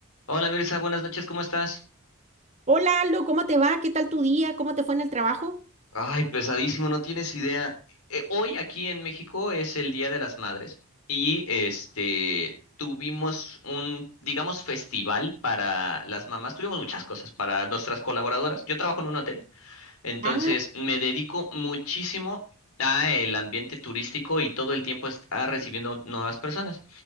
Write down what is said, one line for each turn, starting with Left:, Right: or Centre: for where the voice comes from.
Left: Hola Mirza, buenas noches, ¿cómo estás?
Right: Hola Aldo, ¿cómo te va? ¿Qué tal tu día? ¿Cómo te fue en el trabajo?
Left: Ay, pesadísimo, no tienes idea. Eh, hoy aquí en México es el Día de las Madres y este tuvimos un, digamos, festival para las mamás. Tuvimos muchas cosas para nuestras colaboradoras. Yo trabajo en un hotel Entonces,
Right: Ah,
Left: me dedico muchísimo a el ambiente turístico y todo el tiempo está recibiendo nuevas personas.